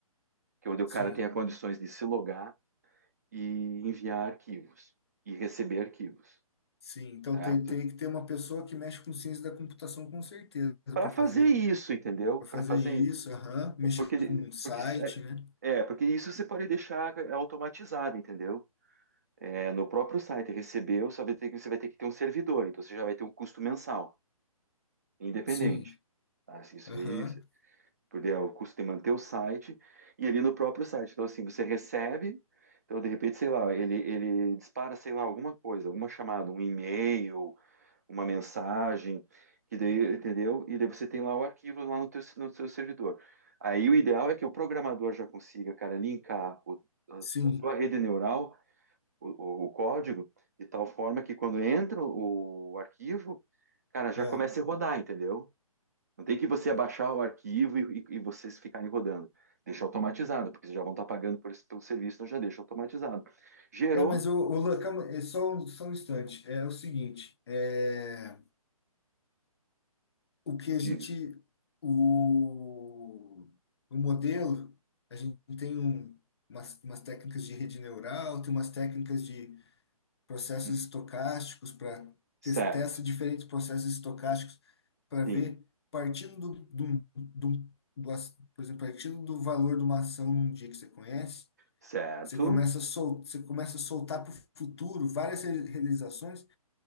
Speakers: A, on the right (about 30°); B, on the left (about 45°).
A: que é onde o
B: Sim,
A: cara tenha condições de se logar e enviar arquivos e receber arquivos,
B: sim. Então
A: certo?
B: tem, teria que ter uma pessoa que mexe com ciência da computação com certeza
A: Para
B: para
A: fazer
B: fazer,
A: isso, entendeu?
B: para
A: Para
B: fazer
A: fazer
B: isso, aham. Mexer
A: porque
B: com um site,
A: porque se-
B: né?
A: é, é, porque isso você pode deixar eh, automatizado, entendeu? É, no próprio site recebeu, você vai ter que você vai ter que ter um servidor, então você já vai ter um custo mensal, independente.
B: Sim,
A: Tá? Isso,
B: aham.
A: isso porque é o custo de manter o site e ali no próprio site. Então, assim, você recebe, então de repente, sei lá, ele, ele dispara, sei lá, alguma coisa, alguma chamada, um e-mail, uma mensagem, que daí, entendeu? E daí você tem lá o arquivo lá no teu, no seu servidor. Aí o ideal é que o programador já consiga, cara, linkar o- a,
B: Sim.
A: a sua rede neural, o, o- o código, de tal forma que quando entra o, o arquivo, cara, já
B: é.
A: comece a rodar, entendeu? Não tem que você abaixar o arquivo e, e, e vocês ficarem rodando. Deixa automatizado, porque vocês já vão estar pagando por esse- pelo serviço, então já deixa automatizado. Gerou?
B: É, mas o, o Lan- calma, é só, um- só um instante. É o seguinte, é, o que a
A: Diga.
B: gente, o, o modelo, a gente tem um, umas, umas técnicas de rede neural, tem umas técnicas de processos
A: Hum.
B: estocásticos para
A: Certo.
B: testa diferentes processos estocásticos para
A: Sim.
B: ver partindo do, do, do, do, as- por exemplo, partindo do valor de uma ação num dia que você conhece,
A: Certo.
B: você começa a sol, você começa a soltar para o futuro várias re- realizações